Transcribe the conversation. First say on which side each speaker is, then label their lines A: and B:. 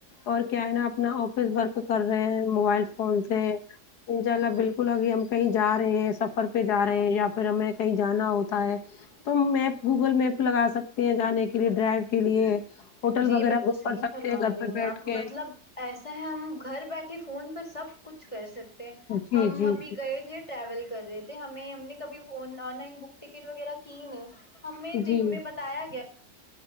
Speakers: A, on the left (about 80°); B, on the left (about 20°).
A: اور کیا ہے نا اپنا آفس ورک کر رہے ہیں موبائل فون سے انشاء اللہ بالکل ابھی ہم کہیں جا رہے ہیں سفر پہ جا رہے ہیں یا پھر ہمیں کہیں جانا ہوتا ہے تو میپ گوگل میپ لگا سکتے ہیں جانے کے لیے ڈرائیو کے لیے ہوٹل
B: جی
A: وغیرہ
B: بالکل
A: بک
B: صحیح
A: کر سکتے
B: فرما
A: گھر
B: رہی
A: پہ بیٹھ
B: ہیں آپ
A: کے
B: مطلب ایسا ہے ہم گھر بیٹھے فون پہ سب کچھ کر سکتے ہیں
A: جی
B: ہم
A: جی
B: ابھی گئے تھے ٹریول کر رہے تھے ہمیں ہم نے کبھی آن لائن بک ٹکٹ وغیرہ کی نہیں ہمیں
A: جی
B: دیکھو
A: جی
B: میں بتایا گیا